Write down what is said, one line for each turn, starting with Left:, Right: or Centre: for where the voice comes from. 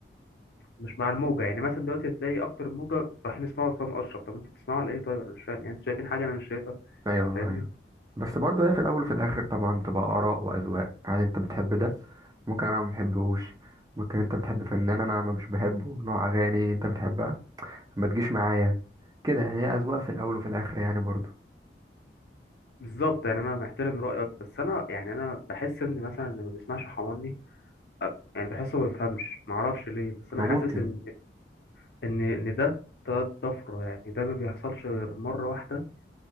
Left: مش مع الموجه يعني مثلا دلوقتي تلاقي اكتر موجه رايحين يسمعوا اسلام اشرف طب انتوا بتسمعوا على ايه طيب انا مش فاهم يعني انتوا شايفين حاجه انا مش شايفها
Right: ايوه
Left: انت فاهمني
Right: ايوه بس برضه هي في الاول وفي الاخر طبعا تبقى اراء واذواق يعني انت بتحب ده ممكن انا ما بحبهوش ممكن انت بتحب فنان انا ما مش بحبه نوع اغاني انت بتحبها ما تجيش معايا كده يعني هي اذواق في الاول وفي الاخر يعني برضه
Left: بالظبط يعني انا محترم رايك بس انا يعني انا بحس ان مثلا اللي ما بيسمعش حماني يعني بحسه ما بيفهمش ما اعرفش ليه بس انا
Right: ما
Left: حاسس
Right: ممكن
Left: ان ان ان ده ده طفره يعني ده ما بيحصلش غير مره واحده